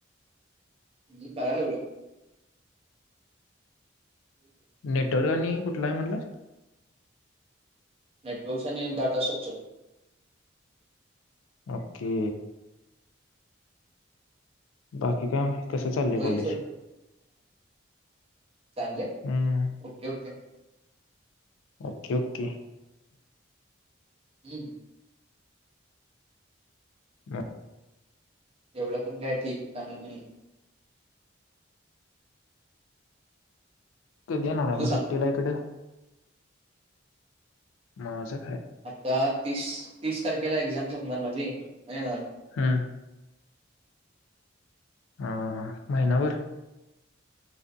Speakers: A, on the right (about 30°); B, on the left (about 80°).
A: अजून कराय लागलोय
B: नेटवर्क आणि कुठलाय म्हंटलास
A: नेटवर्क्स आणि डाटा स्ट्रक्चर
B: ओके बाकी काय मग कसं चाललंय
A: होईल
B: कॉलेज
A: सोड चालय
B: हम्म
A: ओके, ओके
B: ओके, ओके
A: हम्म
B: हम
A: एवढं पण काय ठीक चालेल नाही
B: कधी येणार आहे
A: तुझं
B: मग
A: सांग
B: सुट्टीला इकडे माजं
A: आता तीस, तीस तारखेला एक्झाम संपणार माझी येणार
B: हम् हा, हा महिनाभर